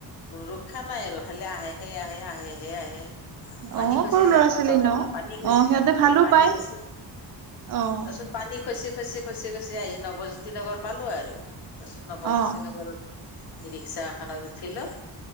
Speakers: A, on the left; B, on the right.
A: ৰক্ষা নাই আৰু খালি আহে। সেইয়া আহে, আহে হে আহে। পানী
B: অ
A: খচি
B: সৰু ল'ৰা
A: যাম, <unintelligible>
B: ছোৱালী ন
A: পানী খচি
B: অ সিহঁতে
A: যাম খালি
B: ভালো
A: পানী
B: পায়
A: খচি।
B: অ'।
A: তাৰপিছত পানী খচি-খচি-খচি-খচি আহি নৱজ্যোতি নগৰ পালো আৰু। তাৰ পিছত নৱজ্যোতি
B: অ
A: নগৰত। ৰিক্সা এখনত উঠিলোঁ।